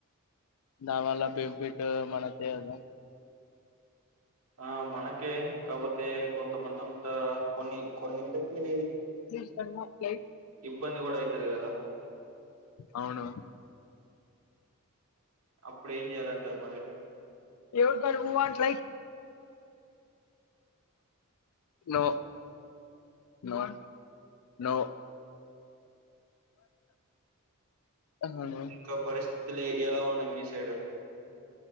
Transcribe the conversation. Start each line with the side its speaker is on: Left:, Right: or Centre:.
Left: నావల్ల బింపిట్ మనకే అదా
Right: ఆ మనకే కవతే కొంత బంద ఉంత కొన్ని కొన్నిటికి
Left: ప్లీజ్ కన్న అప్లై
Right: సిబ్బంది కూడా అయితది కదా
Left: అవునవును
Right: అప్పుడు ఏం చెయాలంటారు మరి
Left: ఎవడికడ ఓ అట్లే నో నో నో అవును
Right: ఇకా బరీస్ తీల్లి ఎలా ఉన్నాయి మీ సైడు